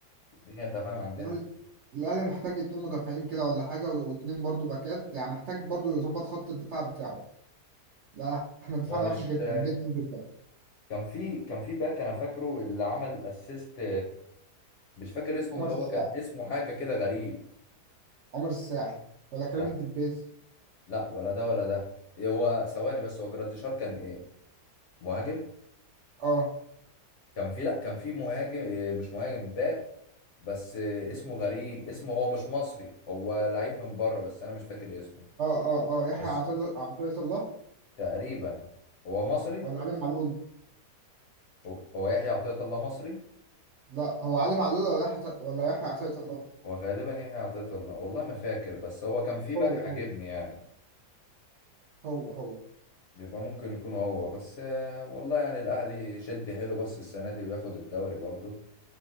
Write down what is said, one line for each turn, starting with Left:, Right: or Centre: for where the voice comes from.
Left: الدنيا تمام عندنا
Right: الأهلي الأهلي محتاج اتنين مدافعين كده ولا حاجة واتنين برضو باكات يعني محتاج برضو يظبط خط الدفاع بتاعه لا احنا دفاعنا
Left: هو مش
Right: وحش جدا جدا جدا
Left: كان في كان في باك انا فاكره اللي عمل اسيست مش فاكر اسمه
Right: عمر
Left: اللي
Right: الساعي
Left: هو كان اسمه حاجة كده غريب
Right: عمر الساعي ولا كريم
Left: لا
Right: الدبيس
Left: لا ولا ده ولا ده إيه هو ثواني بس هو جراديشار كان ايه مهاجم
Right: اه
Left: كان في لا كان في مهاجم إيه مش مهاجم باك بس إيه اسمه غريب اسمه هو مش مصري هو لعيب من بره بس انا مش فاكر اسمه
Right: اه اه اه يحيى
Left: بس
Right: عطية عطية الله
Left: تقريبا هو مصري
Right: ولا علي معلول
Left: هو هو يحيى عطية الله مصري
Right: لا هو علي معلول ولا يحيى ولا يحيى عطية الله
Left: هو غالبا يحيى عطية الله والله ما فاكر بس هو كان في باك
Right: هو
Left: عاجبني
Right: هو
Left: يعني
Right: هو هو
Left: يبقى ممكن يكون هو بس آه، والله يعني الأهلي يشد حيله بس السنة دي وياخد الدوري برضه